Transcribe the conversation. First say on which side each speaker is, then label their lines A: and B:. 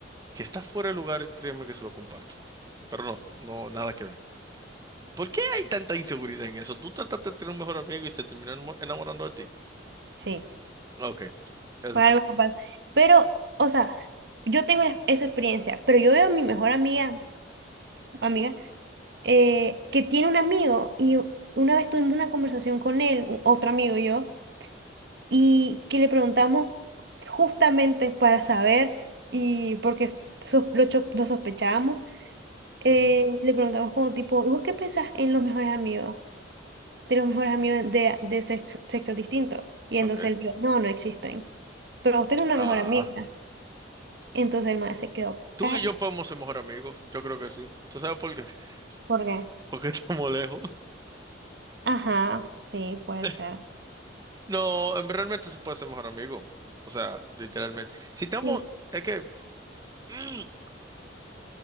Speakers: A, on the right (about 20°); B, on the right (about 60°).
A: que está fuera de lugar, créeme que se lo comparto. Pero no, no, nada que ver. ¿Por qué hay tanta inseguridad en eso? Tú trataste de tener un mejor amigo y te terminó enamo- enamorando de ti.
B: Sí,
A: Ok, eso
B: fue
A: fue.
B: algo capaz. Pero, o sea, yo tengo la- esa experiencia, pero yo veo a mi mejor amiga, amiga. eh, que tiene un amigo y u- una vez tuvimos una conversación con él, u- otro amigo y yo, y que le preguntamos justamente para saber y porque s- sos- lo, cho- lo sospechábamos, eh,
A: Ujú,
B: le preguntamos como tipo, ¿y vos qué pensás en los mejores amigos, de los mejores amigos de, de sexo, sexos distintos? Y entonces
A: Ok.
B: él dijo, no, no existen, pero usted es una
A: Ah,
B: mejor amiga. Entonces el maestro se quedó
A: tú
B: callado.
A: y yo podemos ser mejor amigos. Yo creo que sí. ¿Tú sabes por qué? <laughs>
B: ¿Por qué?
A: Porque estamos lejos.
B: Ajá, sí, puede
A: <laughs>
B: ser.
A: No, en- realmente se puede ser mejor amigo. O sea, literalmente. Si estamos,
B: Sí.
A: es que... <clears throat>